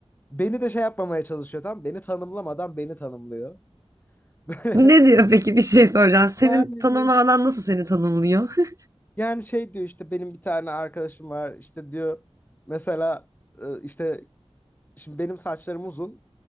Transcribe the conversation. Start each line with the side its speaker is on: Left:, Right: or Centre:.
Left: Beni de şey yapmamaya çalışıyor tam beni tanımlamadan beni tanımlıyor. <laughs> Böyle
Right: Ne diyor peki bir şey soracağım. Senin
Left: yani
Right: tanımlamadan
Left: diyor.
Right: nasıl seni tanımlıyor? <laughs>
Left: Yani şey diyor işte benim bir tane arkadaşım var işte diyor mesela e, işte şimdi benim saçlarım uzun